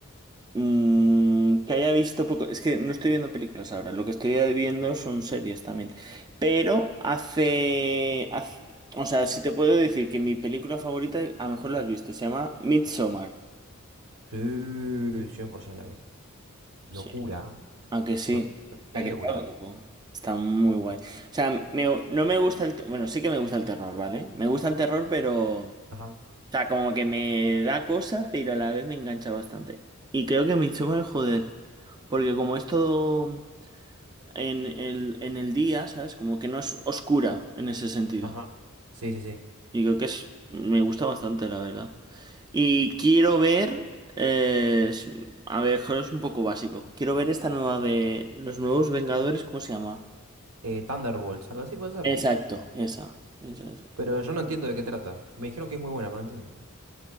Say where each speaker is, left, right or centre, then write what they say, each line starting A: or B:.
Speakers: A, on the right; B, on the right.
A: Mm, que haya visto poco. Es que no estoy viendo películas ahora. Lo que estoy viendo son series también. Pero hace, haz- O sea, si te puedo decir que mi película favorita, a lo mejor la has visto, se llama Midsommar.
B: Sí, 100% la vi. Locura,
A: Sí.
B: ¿eh?
A: ¿A que sí?
B: To- Total
A: ¿A que
B: locura.
A: está guapo? Está muy guay. O sea, me- no me gusta el... te- Bueno, sí que me gusta el terror, ¿vale? Me gusta el terror, pero... O
B: Ajá,
A: sea, como que me da cosa, pero a la vez me engancha bastante. Y creo que Midsommar, joder. Porque como es todo. en el, en el día, ¿sabes? Como que no es oscura en ese sentido.
B: ajá. Sí, sí, sí.
A: Y creo que es, me gusta bastante, la verdad. Y quiero ver, eh, es- a ver, joder, es un poco básico. Quiero ver esta nueva de los nuevos Vengadores, ¿cómo se llama?
B: Eh, Thunderbolts, algo así puede ser.
A: Exacto, esa, esa, esa.
B: Pero yo no entiendo de qué trata. Me dijeron que es muy buena, pero no entiendo.